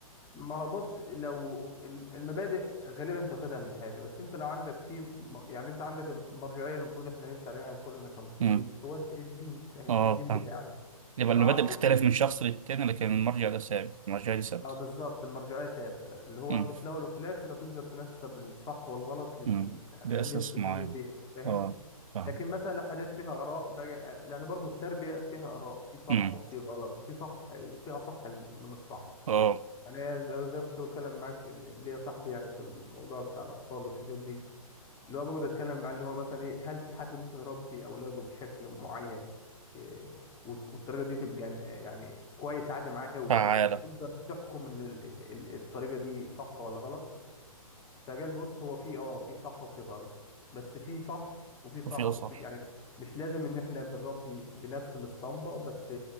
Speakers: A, on the left (about 20°); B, on the right (about 65°).
A: ما هو بص لو الم- المبادئ غالبا انت واخدها من حاجه بس انت لو عندك في م- يعني انت عندك المرجعيه اللي المفروض احنا نمشي عليها كلنا كمسلمين
B: مم.
A: هو الدين فاهم
B: اه
A: الدين
B: فاهم
A: بتاعنا
B: يبقى
A: ما
B: المبادئ
A: اعتقدش
B: بتختلف من شخص للتاني لكن المرجع ده ثابت المرجع ده ثابت
A: اه بالظبط المرجعيه ثابته اللي هو
B: مم.
A: انت في الاول وفي الاخر هتقدر تنسب الصح والغلط للدين
B: مم.
A: يعني
B: ده
A: اللي
B: اساس
A: يفصل
B: معين
A: بينه وبينك فاهم
B: اه فاهم
A: لكن مثلا لو حاجات فيها اراء بقى لان برضو التربيه فيها اراء في صح
B: مم.
A: وفي غلط وفي صح وفي اصح من الصح
B: اه
A: انا ز- زي ما كنت بتكلم معاك ان ليا صاحبي يعني في الموضوع بتاع الاطفال والحاجات دي اللي هو بقعد اتكلم معاه اللي هو مثلا ايه هل في حد ممكن يربي اولاده بشكل معين إيه وت- والطريقه دي تبقى ن- يعني كويس عادي معاه هو
B: تعالى
A: تقدر تحكم ان ال- ال- ال- الطريقه دي صح ولا غلط فجال بص هو في اه في صح وفي غلط بس في صح وفي صح
B: توفيق صح
A: وفي يعني مش لازم ان احنا بنربي بنفس الاسطمبة بس